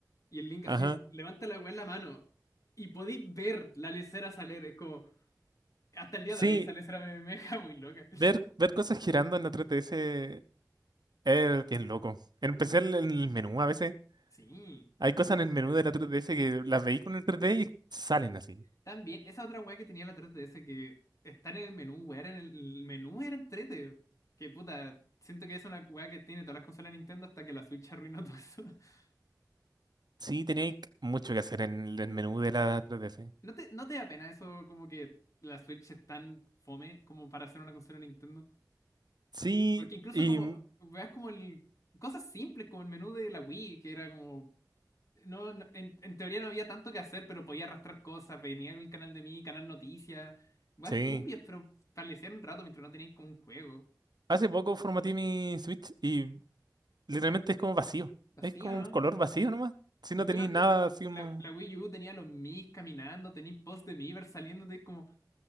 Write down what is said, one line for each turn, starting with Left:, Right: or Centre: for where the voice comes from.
Left: y el Link así
Right: Ajá.
Left: levanta la weá en la mano y podéis ver la lesera salir. Es como, hasta el día
Right: Sí,
Left: de hoy esa lesera me, me deja muy loca. <laughs>
Right: ver, ver cosas girando en la 3DS es bien loco. En especial en el menú a veces.
Left: Sí.
Right: Hay cosas en el menú de la 3DS que las veí con el 3D y salen así.
Left: También, esa otra weá que tenía la 3DS que está en el menú, weá, era en el menú era entrete. Que puta, siento que es una weá que tiene todas las consolas de Nintendo hasta que la Switch arruinó todo eso. <laughs>
Right: Sí, tenía mucho que hacer en el menú de la 3DS.
Left: ¿No te, no te da pena eso como que la Switch es tan fome como para hacer una consola de Nintendo?
Right: Sí,
Left: Porque incluso
Right: y
Left: como, weas como el, cosas simples como el menú de la Wii, que era como, no, no- en, en teoría no había tanto que hacer, pero podía arrastrar cosas, venía con el canal de mí, canal noticias, weas
Right: sí.
Left: turbias, pero establecer un rato mientras no tenías como un juego.
Right: Hace poco formateé mi Switch y Literalmente es como vacío.
Left: Vacío,
Right: Es como
Left: ¿no?
Right: un color vacío nomás. Si
Left: Al
Right: no tenéis
Left: menos
Right: nada
Left: mi-
Right: así como...
Left: la, la Wii U tenía los Miis caminando, tenía posts de Miiverse saliendo de como,